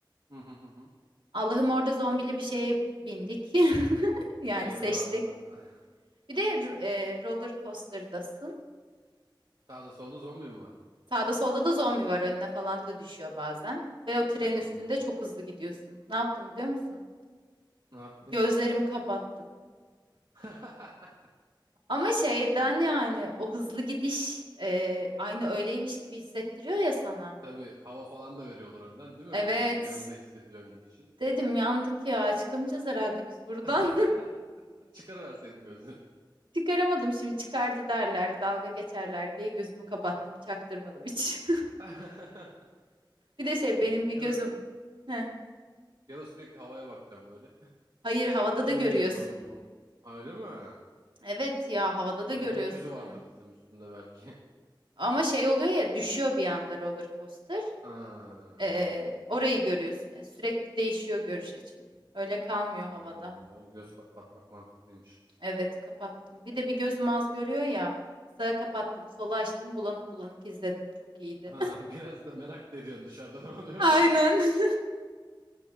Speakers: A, on the right (about 60°); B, on the right (about 85°).
A: Hı hı hı. hı.
B: Allah'ım orada zombili bir şeye bindik. <laughs> Yani
A: Eyvah.
B: seçtik.
A: <laughs>
B: Bir de r- e, roller coaster'dasın.
A: Sağda solda zombi mi var?
B: Sağda solda da zombi var önüne falan da düşüyor bazen. Ve o trenin
A: Hmm.
B: üstünde çok hızlı gidiyorsun. Ne yaptım biliyor musun?
A: Ne yaptın?
B: Gözlerimi kapattım.
A: <laughs>
B: Ama şeyden yani o hızlı gidiş e, aynı öyleymiş gibi hissettiriyor ya sana.
A: Tabii hava falan da veriyorlar önden değil mi?
B: Evet.
A: O rüzgarını da hissediyorsun gidişin.
B: Dedim yandık ya çıkamayacağız herhalde biz buradan.
A: <laughs> Çıkarıverseydin gözünü.
B: Çıkaramadım şimdi çıkardı derler dalga geçerler diye gözümü kapattım çaktırmadım hiç.
A: <laughs>
B: <laughs> Bir de şey benim bir gözüm.
A: Ya da
B: Heh.
A: ya da sürekli havaya bakacağım böyle.
B: Hayır havada
A: Görmeyeceğiz
B: da görüyorsun.
A: zombiyi mi? Ha, Öyle mi?
B: Evet ya havada
A: Hani
B: da görüyorsun.
A: gökyüzü vardır dedim üstünde belki. <laughs>
B: Ama şey oluyor ya düşüyor bir anda roller coaster.
A: Ha
B: Ee,
A: anladım.
B: orayı görüyorsun. Yani sürekli değişiyor görüş açın. Öyle kalmıyor
A: Anladım.
B: havada.
A: O zaman göz kapatmak mantıklıymış.
B: Evet kapattım. Bir de bir gözüm az görüyor ya. Sağa kapattım, sola açtım, bulanık bulanık izledim. Çok iyiydi.
A: Ha, <laughs> biraz da merak da ediyorsun dışarıda ne oluyor.
B: <laughs> Aynen.